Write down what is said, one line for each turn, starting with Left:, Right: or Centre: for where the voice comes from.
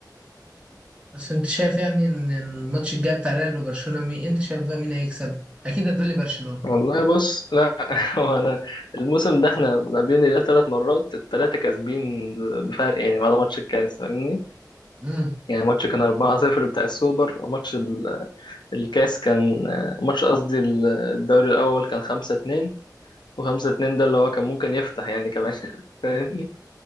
Right: بس انت شايف يعني ان الماتش الجاي بتاع ريال وبرشلونه مين انت شايف بقى مين هيكسب اكيد هتقولي برشلونه
Left: والله بص لا <laughs> هو انا الموسم ده احنا ما بين الريال ثلاث مرات الثلاثه كاسبين بفرق يعني بعد ماتش الكاس فاهمني
Right: امم
Left: يعني ماتش كان 4-0 بتاع السوبر وماتش ال- الكاس كان ماتش قصدي ال- الدوري الاول كان 5-2 و5-2 ده اللي هو كان ممكن يفتح يعني كمان <laughs> فاهمني؟